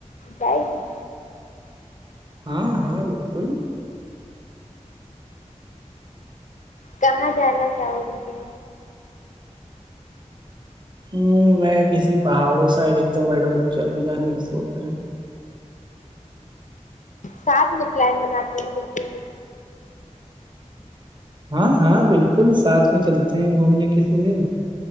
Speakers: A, on the left (about 80°); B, on the right (about 35°).
A: جائے گی
B: ہاں ہاں بالکل
A: کہاں جانا چاہو گی تم
B: ہوں میں کسی پہاڑوں سائڈ ایک دم ایڈونچر پہ جانے کا سوچ رہے
A: ساتھ میں پلان بناتے ہیں پھرتے
B: ہاں ہاں بالکل ساتھ میں چلتے ہیں گھومنے کے لیے